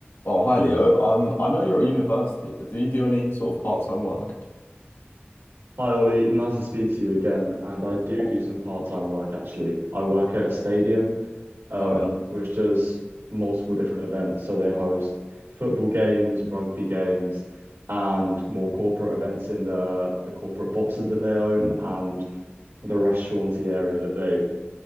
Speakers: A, on the left; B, on the right.
A: Oh, hi Leo. Um, I know you're at university, but do you do any sort of part-time work?
B: Hi Ollie, nice to speak to you again. And I do do some part-time work actually. I work at a stadium, um,
A: Oh yeah.
B: which does multiple different events. So they host football games, rugby games, and more corporate events in the the corporate boxes that they own
A: Mm.
B: and the restauranty area that they